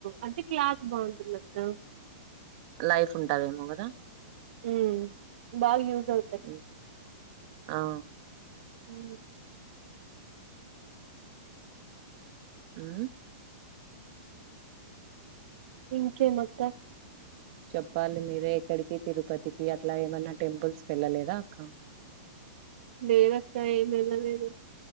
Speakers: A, on the right; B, on the right.
A: అంటే క్లాత్ బాగుంటుందక్క
B: లైట్ ఉంటదేమో కదా
A: ఉ బాగ యూజ్ అవుతాయి
B: ఉమ్ ఆ
A: హు
B: మ్
A: ఇంకేం అక్క
B: చెప్పాలి మీరే ఎక్కడికి తిరుపతికి అట్ల ఏమన్నా టెంపుల్స్ కి వెళ్ళలేదా అక్క
A: లేదక్కా ఎమి వెళ్లలేదు